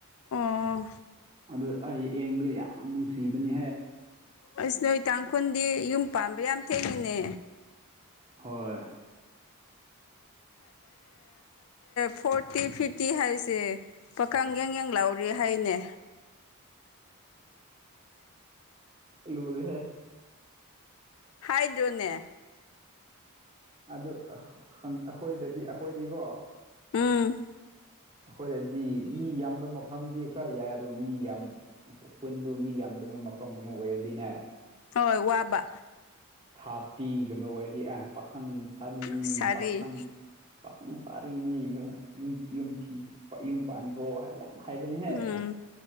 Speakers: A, on the left (about 70°); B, on the right (about 25°).
A: ꯑꯣ
B: ꯑꯗꯨ ꯑꯩ ꯌꯦꯡꯕꯗ ꯌꯥꯝ ꯅꯨꯡꯁꯤꯕꯅꯤ
A: ꯑꯁ ꯅꯣꯏ ꯇꯥꯡꯈꯨꯜꯗꯤ ꯌꯨꯝ ꯄꯥꯝꯕ꯭ꯔ ꯌꯥꯝ ꯊꯦꯡꯉꯤꯅꯦ
B: ꯍꯣꯏ
A: ꯐꯣꯔꯇꯤ ꯐꯤꯐꯇꯤ ꯍꯥꯏ ꯁ ꯄꯥꯀꯪ ꯌꯦꯡ ꯌꯦꯡ ꯂꯥꯎꯔꯤ ꯍꯥꯏꯅꯦ
B: ꯂꯨꯔꯔ ꯍꯦ
A: ꯍꯥꯏꯗ꯭ꯔꯣꯅꯦ
B: ꯑꯗꯨ ꯑꯩꯈꯣꯏꯗꯗꯤ ꯑꯩꯈꯣꯏꯗꯤꯀꯣ
A: ꯎꯝ
B: ꯑꯩꯈꯣꯏꯗꯗꯤ ꯃꯤ ꯌꯥꯝꯕ ꯃꯐꯝꯗꯤ ꯈꯔ ꯌꯥꯏ ꯑꯗꯣ ꯃꯤ ꯌꯥꯝ ꯈꯨꯨꯟꯗꯣ ꯃꯤ ꯌꯥꯝ ꯑꯗꯨꯝꯕ ꯃꯐꯝꯒꯨꯝꯕ ꯑꯣꯏꯔꯗꯤꯅꯦ
A: ꯍꯣꯏ ꯋꯥꯕ
B: ꯊꯥꯔꯇꯤꯒ ꯑꯃ ꯑꯣꯏꯔꯗꯤ ꯑ ꯄꯥꯈꯪ ꯁꯔꯤꯅꯤ
A: ꯁꯥꯔꯤ
B: ꯄꯥꯈꯪ ꯄꯥꯈꯪ ꯁꯔꯤꯅꯤ ꯌꯨꯝ ꯌꯨꯝ ꯊꯤ ꯌꯨꯝ ꯄꯥꯅꯤꯈ꯭ꯔꯣ ꯍꯥꯏ ꯌꯥꯝ ꯍꯥꯏꯕꯅꯤꯍꯦ
A: ꯎꯝ